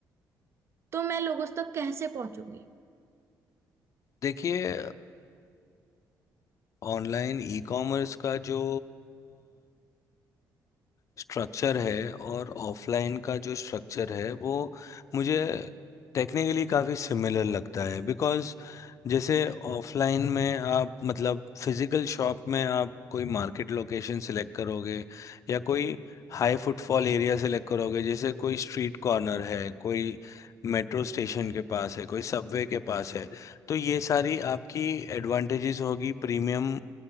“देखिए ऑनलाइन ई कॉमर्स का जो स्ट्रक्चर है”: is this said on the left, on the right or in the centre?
Left